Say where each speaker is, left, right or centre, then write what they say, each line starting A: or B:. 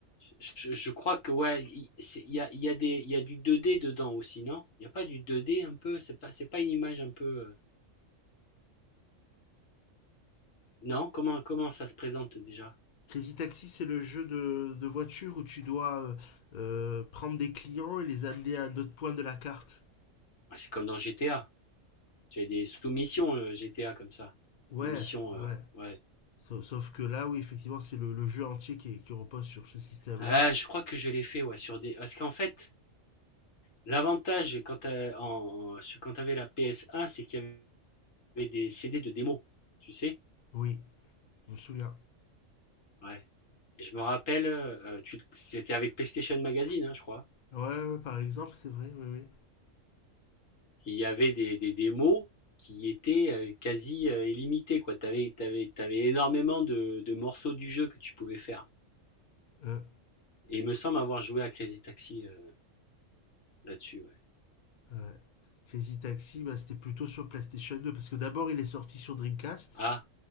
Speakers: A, on the left; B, on the left.
A: Je, je crois que ouais, il c'est- il y a, il y a des, il y a du 2D dedans aussi, non? Il n'y a pas du 2D un peu? C'est pas, c'est pas une image un peu. euh, Non? Comment, comment ça se présente déjà?
B: Crazy Taxi, c'est le jeu de, de voiture où tu dois euh, euh, prendre des clients et les amener à un autre point de la carte.
A: Ouais, c'est comme dans GTA. Tu as des sous-missions euh, GTA comme ça.
B: Ouais,
A: Des missions,
B: ouais.
A: euh, ouais.
B: Sauf, sauf que là, oui, effectivement, c'est le, le jeu entier qui, est- qui repose sur ce système-là.
A: Ah, je crois que je l'ai fait, ouais, sur des. Parce qu'en fait, l'avantage quand t'as- en, en- sur- quand t'avais la PS1, c'est qu'il y avait des CD de démo, tu sais?
B: Oui, je me souviens.
A: Ouais. Et je me rappelle, euh, tu- c'était avec PlayStation Magazine, hein, je crois.
B: Ouais, ouais, par exemple, c'est vrai, oui, oui.
A: il y avait des, des démos qui étaient euh, quasi euh, illimitées, quoi. tu avais t'avais, t'avais énormément de, de morceaux du jeu que tu pouvais faire.
B: Euh,
A: Et il me semble avoir joué à Crazy Taxi euh, là-dessus, ouais.
B: ouais. Crazy Taxi, bah, c'était plutôt sur PlayStation 2, parce que d'abord, il est sorti sur Dreamcast.
A: Ah,